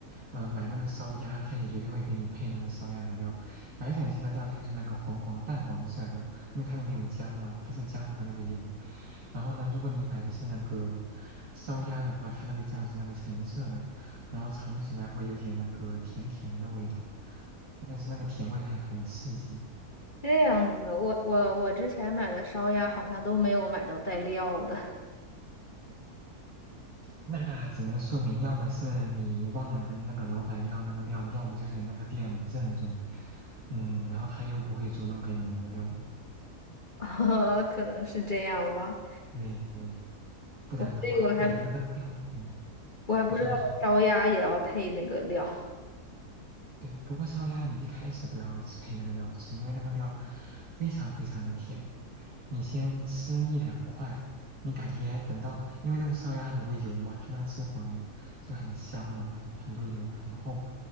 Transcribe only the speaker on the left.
这样子？我我我之前买的烧鸭好像都没有买到带料的，
<laughs> 啊，可能是这样吧。
我所以我还
我还不知道烧鸭也要配那个料。